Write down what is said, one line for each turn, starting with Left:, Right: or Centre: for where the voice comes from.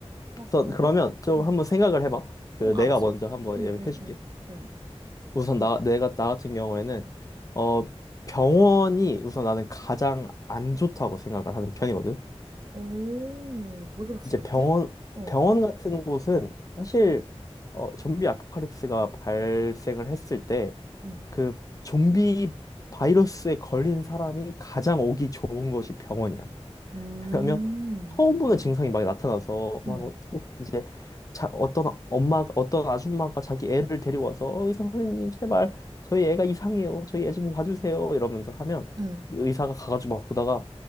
Left: 그래서
Right: 어, 그럼?
Left: 그러면 좀
Right: 응,
Left: 한번 생각을 해봐. 그
Right: 응, 알았어.
Left: 내가 먼저 한번
Right: 응,
Left: 얘기해줄게.
Right: 응, 응, 응.
Left: 우선 나 내가 나 같은 경우에는 어 병원이 우선 나는 가장 안 좋다고 생각을 하는 편이거든.
Right: 오, 왜 그렇게
Left: 이제
Right: 생각해?
Left: 병원
Right: 어,
Left: 병원 같은 곳은 사실 어, 좀비 아포칼립스가 발생을 했을 때
Right: 응.
Left: 그 좀비 바이러스에 걸린 사람이 가장 오기 좋은 곳이 병원이야.
Right: 음,
Left: 그러면 처음 보는 증상이 막 나타나서
Right: 응,
Left: 막 꼭 이제 자, 어떤 엄마가 어떤 아줌마가 자기 애를 데리고 와서 "어, 의사 선생님 제발 저희 애가 이상해요 저희 애 좀 봐주세요 이러면서 하면
Right: 응,
Left: 의사가 가가지고 막 보다가